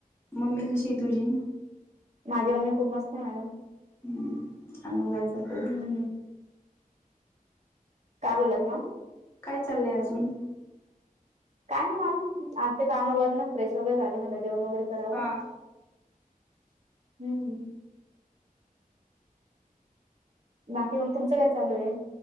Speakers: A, on the left; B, on the right.
A: मम्मी कशीय तुझी?
B: माझी मम्मी खूप मस्त हाय मॅडम
A: हम्म, द्याय ठरलंय
B: हम्म काय बोलात मॅम?
A: काय चाललंय अजून?
B: काय नाही मॅम, आमचं काम आवरलं फ्रेश वगैरे झाले म्हणलं जेवण वगैरे करावं.
A: हा
B: हम्म बाकी मग तुमचं काय चालूय?